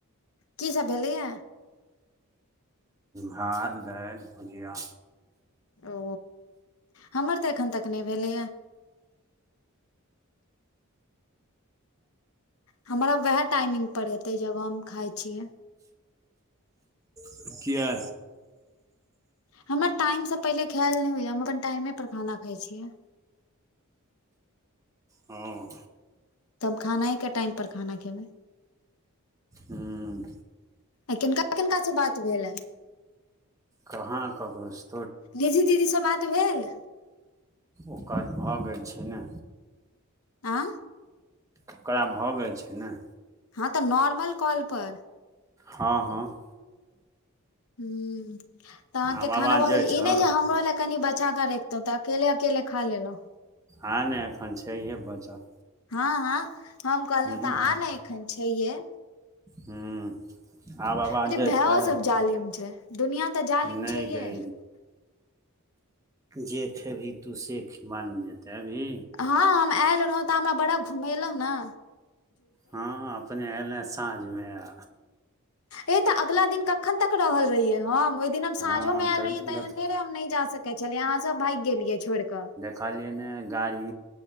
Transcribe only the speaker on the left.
की सब भेलैय?
ओ, हमर तऽ एखन तक नहि भेलैया। हमरा वएह टाइमिंग पर हेते, जब हम खााय छियै।
हमरा टाइम से पहिले खयायल नहि होइया, हम अपन टाइमे पर खाना खााय छियै।
तब खाना ही के टाइम पर खाना खेबै।
आइ किनका -किननका से बात भेल है?
निधी दीदीसँ बात भेल?
आँ।
हँ तऽ नॉर्मल कॉल पर।
हूँ तऽ अहाँके
खाना ब
गेल
ई नहि जे हमरो लए कनि बचा के रैख? तब तऽ अकेेल -अकेेल खा लेलौ।
हँ हँ हम कहलौ
तऽ आ ने एखन छैहे।
अरे
भायो
सब जालिम छै दुनिया तऽ जालिम
छैहे
हँ हम एल रहौ तऽ हमरा बड़ा घुमेलै नऽ।
ए तऽ अगला दिन कखन तक रहल रहियै हम ओय दिन हम
सांझो मे अल
रहियै तऽ
एहने नै रहै हम नै जा सके छेलियै अहाँ सब भाइग गेलियै। छोइड़ कऽ।